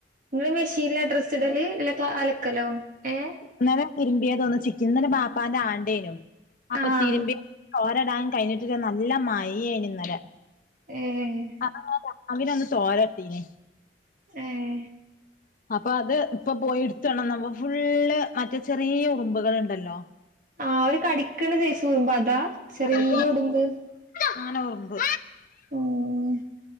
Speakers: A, on the right; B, on the left.
A: നിങ്ങള് മെഷീൻ ല്ലാ ഡ്രസ്സ് ഇടല് എല്ല അലക്കലോ ഏ
B: ഇന്നലെ തിരുമ്പിയാതൊന്നുച്ചക്ക് ഇന്നലെ വാപ്പാന്റെ ആണ്ടേനു അപ്പൊ
A: ആഹ്
B: തിരുമ്പിയ തൊരടാൻ കഴിഞ്ഞിട്ടില്ലാ നല്ല മഴയാനു ഇന്നലെ
A: ഏഹ്
B: <unintelligible> ഒന്ന് തോരട്ടീനെ
A: ഏഹ്
B: അപ്പൊ അത് ഇപ്പൊ പോയി എടുതോണ്ണന്നപ്പം ഫുള്ള് മറ്റേ ചെറിയ ഉറുമ്പുകളുണ്ടല്ലോ
A: ആഹ് ഒരു കടിക്കണ സൈസ് ഉറുമ്പാ അതാ ചെറിയ
B: കടിക്കണ
A: ഉറുമ്പ്
B: അങ്ങനെ ഉറുമ്പ്
A: ഓഹ്